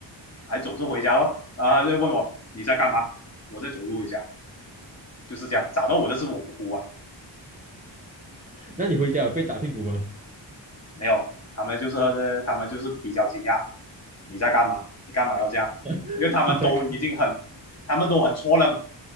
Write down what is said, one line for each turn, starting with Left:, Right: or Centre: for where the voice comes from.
Left: 还走着回家咯，然后他就问我你在干嘛，我在走路回家，就是这样，找到我的是我姑姑啊。
Right: 那你回家有被打屁股吗？
Left: 没有，他们就是呃他们就是比较惊讶，你在干嘛？你干嘛要这样？
Right: <laughs>
Left: 因为他们都已经很，
Right: 你在看，
Left: 他们都很错愣，